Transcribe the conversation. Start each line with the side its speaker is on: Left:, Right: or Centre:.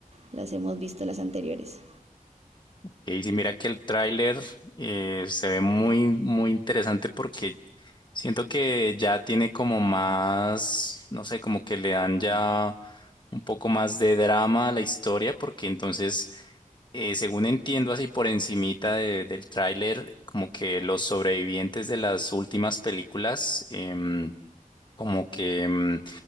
Right: las hemos visto, las anteriores.
Left: Y sí, mira que el tráiler eh, se ve muy, muy interesante porque siento que ya tiene como más, no sé, como que le dan ya un poco más de drama a la historia, porque entonces, eh, según entiendo así por encimita de- del tráiler, como que los sobrevivientes de las últimas películas, em, como que em,